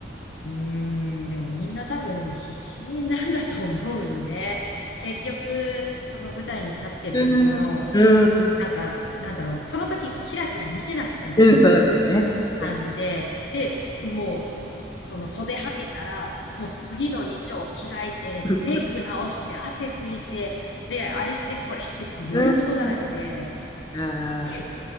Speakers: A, on the left; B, on the left.
A: うーん、でもみんな多分必死なんだと思うね。<laughs> 結局、その舞台に立ってる時も、
B: うん、うん、
A: なんか、なんだろう、その時はキラキラ見せなくちゃいけないっていう感じで、
B: うん、そうだよね。そっかそっか。
A: で、もう、その袖はけたら、もう次の衣装着替えて、
B: う
A: メイク直して、汗拭いて、で、あれしてこれしてってやることだらけで、
B: ん、うん。あ
A: で、